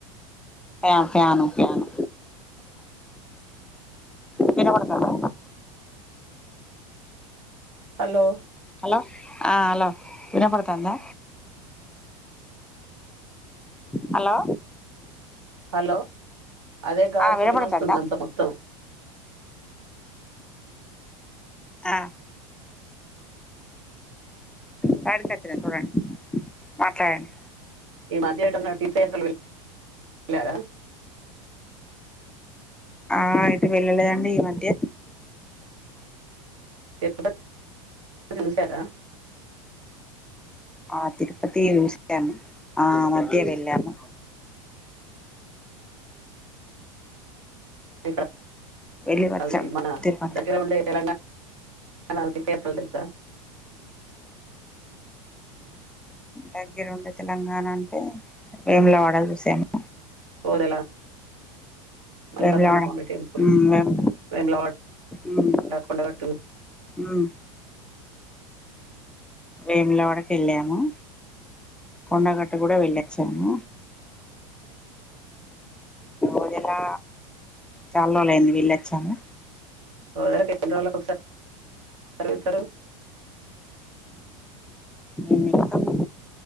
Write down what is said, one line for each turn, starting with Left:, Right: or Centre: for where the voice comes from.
Centre: ప్యా ప్యాను ప్యాను వినబడుతుందా
Right: హలో
Centre: హలో ఆ హలో వినపడుతాందా హలో
Right: హలో అదే గాడుపు
Centre: ఆ వినపడుతుందా
Right: వినోస్తుంది అంత మొత్తం
Centre: ఆ సైడ్ కి వచ్చిన చూడండి మాట్లాడండి,
Right: ఈ మద్య ఏటన్న తీర్థయాత్రలకు వెళ్ళరా
Centre: ఆ ఎటు వెళ్ళలేదు అండి ఈ మధ్య
Right: ఎపుడో <inaudible>
Centre: ఆ తిరుపతి చూసను ఆ మధ్య వెళ్ళాము
Right: ఈ
Centre: వెళ్ళి వచ్చాము
Right: అది మన
Centre: తిరుపతి
Right: దగ్గర ఉండే తెలంగాణ ఏమైనా తీర్థయాత్రలు తెలుసా
Centre: దగ్గర ఉండే తెలంగాణ అంటే వేములవాడ చూసాను
Right: ఓదలా మల్లికార్జున
Centre: వేములవాడ
Right: స్వామి టెంపుల్
Centre: ఉమ్ వేము
Right: మేమలవాడ
Centre: ఉమ్
Right: కొండగట్టు
Centre: ఉమ్ వేములవాడకు వెళ్ళాము కొండగట్టు కూడా వెళ్లి వచ్చాము ఒదిలా చాలా రోజు అయింది వెళ్లి వచ్చాము
Right: ఓదెలకు ఎన్ని రోజులకు ఒకసారి <inaudible> వెలుతారు
Centre: మే ఇతంము